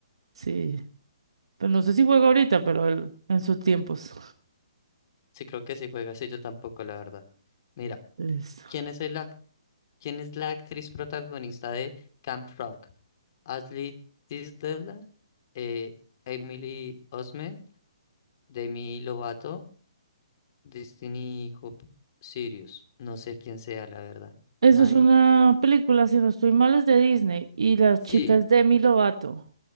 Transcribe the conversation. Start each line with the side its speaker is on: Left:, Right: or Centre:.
Right: Sí. Pero no sé si juega ahorita, pero él- en sus tiempos.
Left: sí, creo que sí juega. Sí, yo tampoco, la verdad. Mira,
Right: <laughs> Listo.
Left: ¿quién es el ac- ¿Quién es la actriz protagonista de Camp Rock? ¿Ashley Tisdale, eh, Emily Osment, Demi Lovato, Destiny Hope Sirius? No sé quién sea, la verdad.
Right: Eso
Left: Nadie.
Right: es una película, si no estoy mal, es de Disney y las
Left: Sí.
Right: chicas de Demi Lovato.